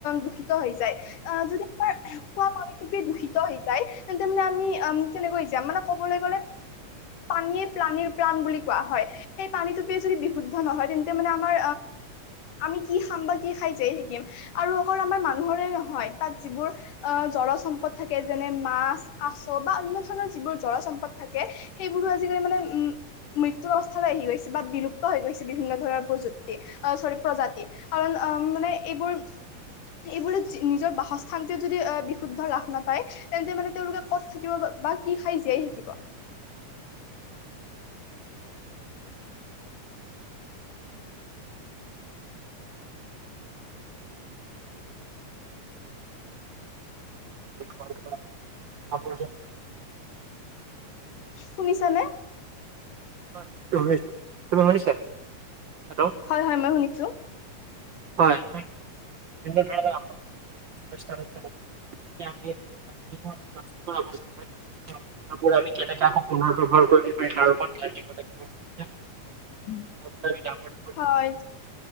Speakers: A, on the left (about 80°); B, on the right (about 65°).
A: দূষিত হৈ যায় আহ যদি তোমাৰ খোৱা পানী দূষিত হৈ যায় তেন্তে মানে আমি উম কেনেকৈ যাম মানে কবলৈ গ'লে পানীয়েে প্ৰাণীৰ প্ৰাণ বুলি কোৱা হয়। সেই পানীটোপে যদি বিশুদ্ধ নহয় তেন্তে মানে আমাৰ আমি কি খাম বা কি খাই জীয়াই থাকিম, আৰু অকল আমাৰ মানুহৰে নহয় তাত যিবোৰ অ', জলজ সম্পদ থাকে, যেনে-মাছ, কাছ বা অনন্য ধৰণৰ যিবোৰ জলজ সম্পদ থাকে সেইবোৰো আজিকালি মানে, উম, মৃত্যুৰ অৱস্থা আহি গৈছে, বা বিলুপ্ত হৈ গৈছে বিভিন্ন ধৰণৰ প্ৰযুক্তি, অ', চৰি প্ৰজাতি কাৰণ মানে এইবোৰ এইবোৰ নিজৰ বাসস্থানতে যদি, অ', বিশুদ্ধ লাভ নাপায় তেন্তে মানে তেওঁলোকে ক'ত থাকিব বা কি খাই জীয়াই থাকিব।
B: <unintelligible>
A: শুনিছানে?
B: <unintelligible> তুমি শুনিছা? হেল্ল'।
A: হয়, হয়, মই শুনিছোঁ।
B: হয় ধ <unintelligible> <unintelligible> কাপোৰ আমি কেনেকে আকৌ পুনৰ ব্যৱহাৰ কৰিব পাৰিম তাৰ ওপৰত ধ্যান দিব লাগিব।
A: <inaudible>
B: <unintelligible>
A: হয়।